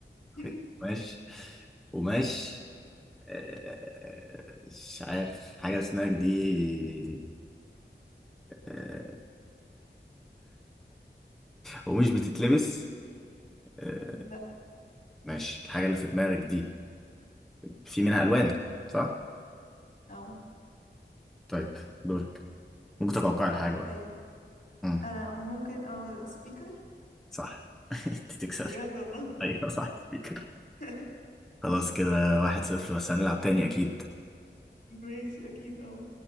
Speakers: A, on the left (about 60°); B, in the centre.
A: <laughs>
B: <laughs> قماش قماش آه، مش عارف الحاجة اللي في دماغك دي آه، ومش بتتلبس آه،
A: لا
B: ماشي الحاجة اللي في دماغك دي في منها ألوان صح؟
A: أو
B: طيب دورك ممكن تتوقع الحاجة بقى
A: طيب
B: امم
A: أنا ممكن أو سبيكر
B: صح <laughs> انت تكسب
A: بجد والله
B: ايوه صح سبيكر
A: <laughs>
B: خلاص كده واحد صفر بس هنلعب تاني أكيد
A: ماشي أكيد أو